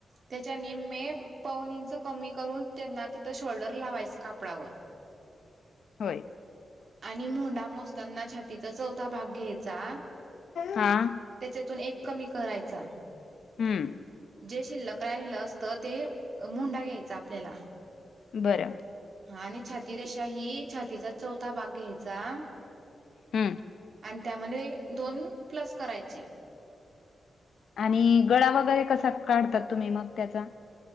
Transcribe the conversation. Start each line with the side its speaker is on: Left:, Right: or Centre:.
Right: त्यांच्या निम्मे पावूंन इंच कमी करूंन त्यांना तिथं शोल्डरं लावायचं कापडांवर
Left: होयं
Right: आणि मोंढां मोजतांना छातीचा चौथा भाग घ्यांयचा
Left: हां
Right: त्यांच्यातून एक कमी करांयचा
Left: हम्मं
Right: जे शिल्लंक राहिलेलं असतं ते मुंढा घ्यांयचा आपल्यांला
Left: बरं
Right: हां आणि छाती रेशा ही छातीचा चौथा भांग घ्यायचां
Left: हम्म
Right: आणि त्यांमध्ये दोन प्लसं करांयचे
Left: आणि गळां वगैरें कसां काढतांत तुम्हीं मंग त्यांचा